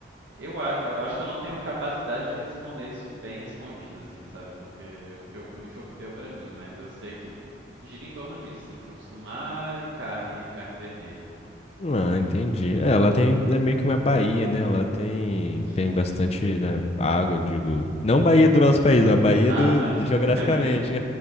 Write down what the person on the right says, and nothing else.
eu, a- eu acho que eu não tenho capacidade de responder isso bem respondido, assim, sabe? Porque o que eu comi foi o que deu pra mim, mas eu sei que gira em torno disso, assim, frutos do mar e carne, carne vermelha.
<laughs>
Ah,
tá.
<laughs>